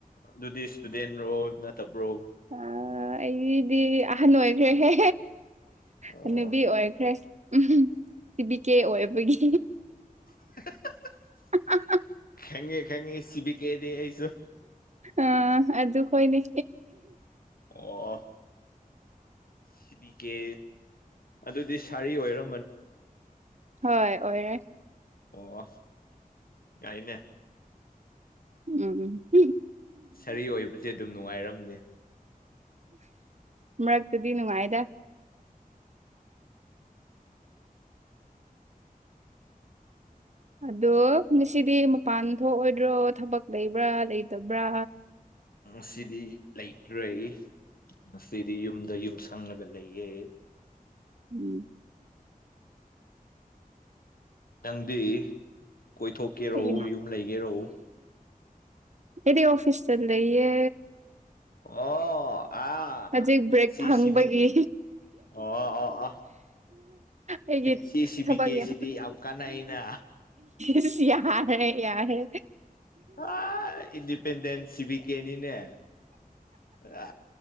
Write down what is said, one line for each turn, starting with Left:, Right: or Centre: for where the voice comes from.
Left: ꯑꯗꯨꯗꯤ ꯏꯁ꯭ꯇꯨꯗꯦꯟ ꯔꯣ ꯅꯠꯇꯕ꯭ꯔꯣ
Right: ꯑ ꯑꯩꯗꯤ ꯑꯍꯟ ꯑꯣꯏꯈ꯭ꯔꯦꯍꯦ
Left: ꯑꯣ
Right: ꯍꯅꯨꯕꯤ ꯑꯣꯏꯈ꯭ꯔꯦ ꯎꯝ ꯀꯦꯕꯤ ꯀꯦ ꯑꯣꯏꯕꯒꯤ
Left: <unintelligible>
Right: ꯍꯥ ꯍꯥ <unintelligible>
Left: ꯈꯪꯉꯦ ꯈꯪꯉꯦ ꯁꯤꯕꯤꯀꯦꯗꯦ ꯑꯩꯁꯨ
Right: ꯑꯥ ꯑꯗꯨꯈꯣꯏ ꯅꯦ
Left: ꯑꯣ ꯁꯤ ꯕꯤ ꯀꯦ ꯑꯗꯨꯗꯤ ꯁꯥꯔꯤ ꯑꯣꯏꯔꯣ
Right: ꯍꯣꯏ ꯑꯣꯏꯔꯦ
Left: ꯑꯣ ꯌꯥꯏꯅꯦ
Right: ꯎꯝ ꯎꯝ
Left: ꯁꯔꯤ ꯑꯣꯏꯕ ꯁꯦ ꯑꯗꯨꯝ ꯅꯨꯡꯉꯥꯏꯔꯝꯅꯤ
Right: ꯃꯔꯛꯇꯗꯤ ꯅꯨꯡꯉꯥꯏꯗ ꯑꯗꯣ ꯉꯁꯤꯗꯤ ꯃꯄꯥꯟ ꯊꯣꯛꯑꯣꯏꯗ꯭ꯔꯣ ꯊꯕꯛ ꯂꯩꯕ꯭ꯔꯥ ꯂꯩꯇꯕ꯭ꯔꯥ
Left: ꯉꯁꯤꯗꯤ ꯂꯩꯇ꯭ꯔꯦ ꯉꯁꯤꯗꯤ ꯌꯨꯝꯗ ꯌꯨꯝ ꯁꯪꯉꯒ ꯂꯩꯌꯦ
Right: ꯎꯝ
Left: ꯅꯪꯗꯤ ꯀꯣꯏꯊꯣꯛꯀꯦꯔꯣ
Right: ꯑꯩꯗꯤ
Left: ꯌꯨꯝ ꯂꯩꯒꯦꯔꯣ
Right: ꯑꯩꯗꯤ ꯑꯣꯐꯤꯁꯇ ꯂꯩꯌꯦ
Left: ꯑꯣ ꯑ
Right: ꯍꯧꯖꯤꯛ ꯕ꯭ꯔꯦꯛ
Left: ꯁꯤ
Right: ꯐꯪꯕꯒꯤ
Left: ꯁꯤꯕꯤꯛ ꯑꯣ ꯑꯣ ꯑ
Right: ꯑꯩꯒꯤ
Left: ꯁꯤ ꯁꯤ
Right: ꯊꯕꯛꯀꯤ
Left: ꯕꯤ ꯀꯦ ꯁꯤꯗꯤ ꯌꯥꯝ ꯀꯥꯟꯅꯩꯅ
Right: ꯏꯁ ꯌꯥꯔꯦ ꯌꯥꯔꯦ
Left: ꯑꯥ ꯏꯟꯗꯤꯄꯦꯟꯗꯦꯟꯁ ꯁꯤ ꯕꯤ ꯀꯦ ꯅꯤꯅꯦ ꯑ